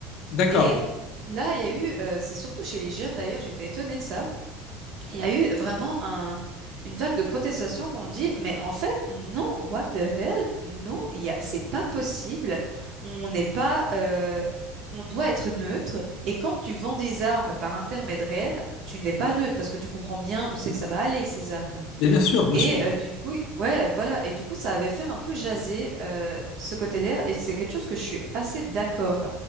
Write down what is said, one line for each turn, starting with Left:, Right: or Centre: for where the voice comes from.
Left: D'accord.
Right: Et là, il y a eu, euh, c'est surtout chez les jeunes d'ailleurs, j'étais étonnée de ça il y a eu vraiment un, une vague de protestations qu'on dit, mais en fait, non, what the hell, non, il y a- c'est pas possible. On n'est pas, euh, on doit être neutre. Et quand tu vends des armes par intermédiaire, euh, tu n'es pas neutre parce que tu comprends bien où c'est que ça va aller ces armes.
Left: Mais bien sûr, bien
Right: Et
Left: sûr.
Right: euh, du coup, ouais, voilà. Et du coup, ça avait fait un peu jaser euh, ce côté-là. Et c'est quelque chose que je suis assez d'accord.